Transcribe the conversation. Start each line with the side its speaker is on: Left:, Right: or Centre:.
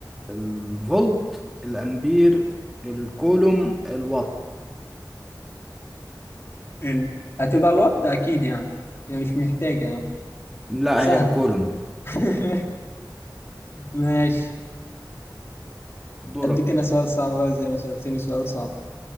Centre: الفولت الامبير الكولوم الوات
Left: ال- هتبقى الوات اكيد يعني يعني مش محتاجة يعني
Centre: لا
Left: سهل
Centre: هي الكولوم
Left: <laughs> ماشي
Centre: دورك
Left: اديك انا سؤال صعب بقى زي ما سألتني سؤال صعب